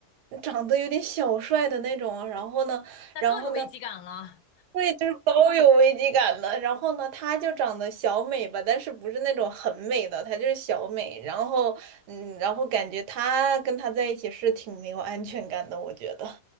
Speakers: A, on the right (about 85°); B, on the left (about 70°).
A: 长得有点小帅的那种啊，然后呢，
B: 那更有危机感了。
A: 然后呢，对，就是包有危机感的。然后呢，她就长得小美吧，但是不是那种很美的，她就是小美。然后嗯，然后感觉她跟他在一起是挺没有安全感的，我觉得。